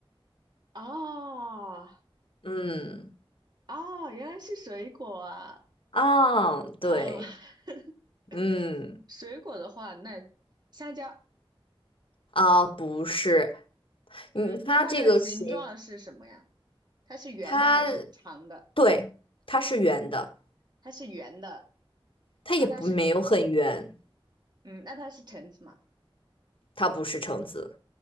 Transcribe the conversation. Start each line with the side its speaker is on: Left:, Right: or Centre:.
Right: 哦
Left: 嗯，
Right: 哦，原来是水果啊，
Left: 啊，对，
Right: 嗯，<laughs>
Left: 嗯，
Right: 水果的话，那香蕉，
Left: 啊，不是，嗯，
Right: 嗯，
Left: 它这个水，
Right: 那它的形状是什么呀？它是圆的还是长的？
Left: 它对，它是圆的，
Right: 它是圆的，
Left: 它也不没有很圆，
Right: 那它是，嗯，那它是橙子吗？
Left: 它不是橙子，